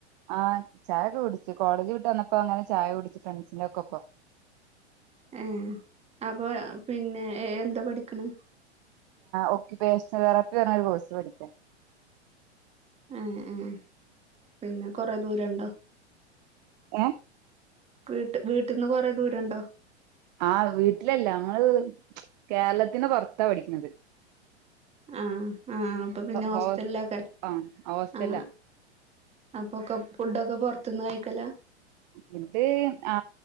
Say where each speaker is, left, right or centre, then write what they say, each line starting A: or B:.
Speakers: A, on the right; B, on the right.
A: ആഹ് ചായൊക്കെ കുടിച്ചു കോളേജ് വിട്ട് വന്നപ്പോ അങ്ങനെ ചായ കുടിച്ചു ഫ്രണ്ട്സിന്റെ ഒക്കെപ്പൊ
B: ഏ അപ്പൊ പിന്നെ എന്താ പഠിക്കണ്?
A: ഓക്കുപേഷൻ തെറാപ്പി പറഞ്ഞ ഒരു കോഴ്സ് പഠിക്ക
B: എ ഏ ആ പിന്നെ കൊറെ ദൂരണ്ടോ?
A: ഏ
B: വീട്ട വീട്ടിൽന്ന് കൊറെേ ദൂരണ്ടോ?
A: ആഹ് വീട്ടിലല്ല ങ്ങൾ ച്ച്ച കേരളത്തിന് പൊറത്താ പഠിക്കുന്നത്
B: ആഹ് ആഹ് അപ്പൊ പിന്നെ ഹോസ്റ്റലിലക്കെ
A: ഹോ ആഹ് ഹോസ്റ്റലാ
B: ആ അപ്പൊക്കെ ഫുഡൊക്കെ പൊറത്തുന്ന് കഴിക്കല
A: ഫുഡ് ആ